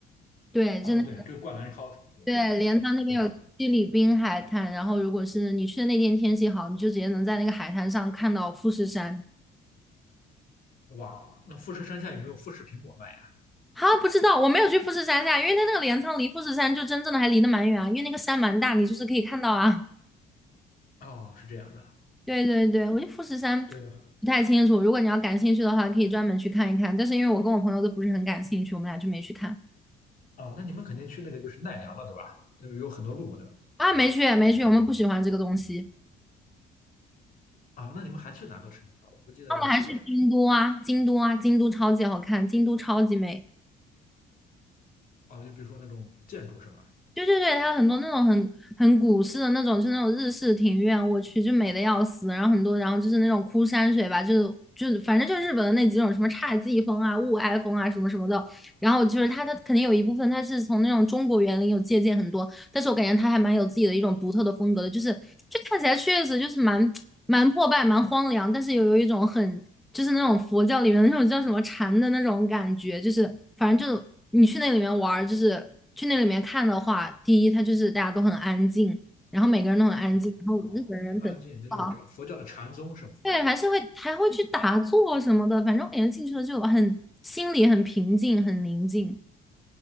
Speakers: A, in the centre; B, on the left (about 55°).
A: 对，
B: 哦，
A: 真的，
B: 对，这个灌篮高手，对我对吧
A: 对，镰仓那边有七里滨海滩，然后如果是你去的那天天气好，你就直接能在那个海滩上看到富士山。
B: 哇，那富士山下有没有富士苹果卖呀？
A: 啊，不知道，我没有去富士山下，因为它那个镰仓离富士山就真正的还离得蛮远啊，因为那个山蛮大，你就是可以看到啊。
B: 哦，是这样的。
A: 对对对，我觉得富士山
B: 对啊，
A: 不太清楚，如果你要感兴趣的话，可以专门去看一看。但是因为我跟我朋友都不是很感兴趣，我们俩就没去看
B: 哦，那你们肯定去那个就是奈良了，对吧？那个有很多路，对吧？
A: 啊，没去没去，我们不喜欢这个东西。
B: 啊，那你们还去哪个城市了？我不记得有四个城市。
A: 那我们还去京都啊，京都啊，京都超级好看，京都超级美。
B: 哦，就比如说那种建筑是吧？
A: 对对对，它有很多那种很很古式的那种，就那种日式庭院，我去就美的要死。然后很多，然后就是那种枯山水吧，就是就是反正就是日本的那几种什么侘寂风啊、雾哀风啊什么什么的。然后就是它它肯定有一部分它是从那种中国园林有借鉴很多，但是我感觉他还蛮有自己的一种独特的风格的，就是就看起来确实就是蛮蛮破败、蛮荒凉，但是又有一种很就是那种佛教里面的那种叫什么禅的那种感觉，就是反正就你去那里面玩就是去那里面看的话，第一它就是大家都很安静，然后每个人都很安静，
B: 哦哦，
A: 然后日本人本啊，
B: 很安静，那就是这佛教的禅宗是吧？
A: 对，还是会还会去打坐什么的，反正我感觉进去了就很心里很平静、很宁静。